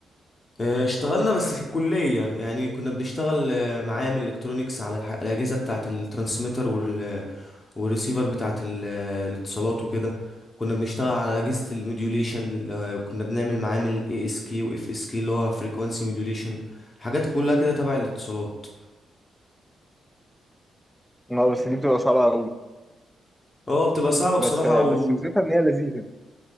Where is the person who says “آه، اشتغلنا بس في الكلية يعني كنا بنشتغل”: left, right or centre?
Left